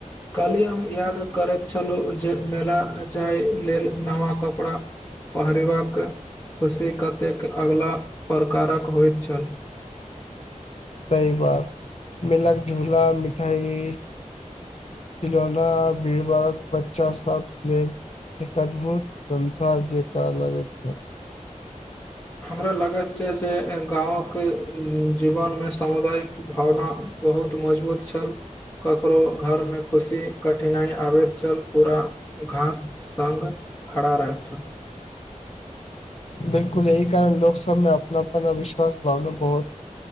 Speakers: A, on the left; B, on the left.
A: कहली हम याद करैत छलहुँ जे मेला जाय लेल नवा कपड़ा पहिरेबाक खुशी कतेक अगला प्रकारक होइत छल
B: <inaudible> सही बात मिलक झूला मिठाई खिलौना भीड़ भार बच्चा सब लेल एक अद्भुत संसार जेका लागेय छल
A: हमरा लगैत छै जे गांव के जीवन मे सामुदायिक भावना बहुत मजबूत छल ककरो घर में खुशी कठिनाइ आबैत छल पूरा घास संग खड़ा रहैत छल
B: बिलकुल यही कारण लोक सब में अपना पन आ विश्वास भावना बहुत